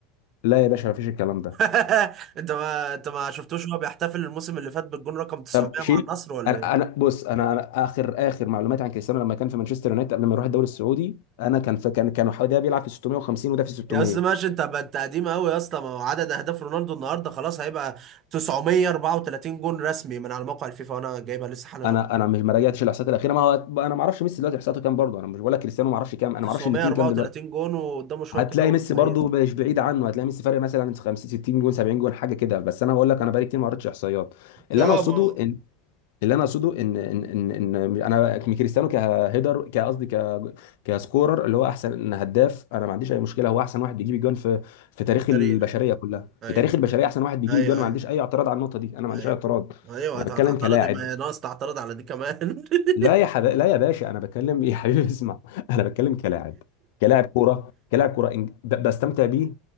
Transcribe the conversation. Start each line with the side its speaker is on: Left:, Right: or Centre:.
Left: لا يا باشا مفيش الكلام ده
Right: <laughs> انت ما انت ما شفتوش هو بيحتفل الموسم اللي فات بالجون رقم 900
Left: طب شيل
Right: مع النصر ولا
Left: انا
Right: ايه
Left: انا بص انا أنا اخر اخر معلوماتي عن كريستيانو لما كان في مانشستر يونايتد قبل ما يروح الدوري السعودي انا كان في كان كانوا حوالي ده بيلعب في 650 وده في 600
Right: يا اسطى ماشي انت بقت قديم قوي يا اسطى ما هو عدد اهداف رونالدو النهارده خلاص هيبقى 934 جون رسمي من على موقع الفيفا وانا جايبها لسه حالا
Left: انا
Right: اهو
Left: انا مش ما راجعتش الاحصائيات الاخيره ما هو انا ما اعرفش ميسي دلوقتي احصائياته كام برضه انا مش بقول لك كريستيانو ما اعرفش كام انا
Right: 934
Left: ما اعرفش الاثنين كام دلوقتي
Right: جون وقدامه شويه
Left: هتلاقي
Right: كده
Left: ميسي
Right: وهيدخل
Left: برضه مش بعيد عنه هتلاقي ميسي فارق مثلا 50 60 جون 70 جون حاجه كده بس انا بقول لك انا بقالي كتير ما قريتش احصائيات اللي
Right: اه
Left: انا اقصده
Right: ما هو
Left: اللي انا اقصده ان ان ان ان انا كريستيانو كهيدر كقصدي ك كسكورر اللي هو احسن هداف انا ما عنديش اي مشكله هو احسن واحد بيجيب الجوان في في تاريخ
Right: التاريخ
Left: البشريه كلها
Right: ايوه
Left: في تاريخ البشريه احسن واحد بيجيب
Right: ايوه
Left: الجوان ما
Right: ايوه
Left: عنديش اي اعتراض على النقطه دي انا ما عنديش
Right: ايوه
Left: اي اعتراض
Right: ايوه
Left: انا
Right: هت-
Left: بتكلم
Right: هتعترض
Left: كلاعب
Right: إيه؟ ما هي ناقص تعترض على دي كمان <laughs>
Left: لا يا حبا... لا يا باشا انا بتكلم إيه يا حبيبي اسمع <laughs> انا بتكلم كلاعب كلاعب كوره كلاعب كوره إن- ب- بستمتع بيه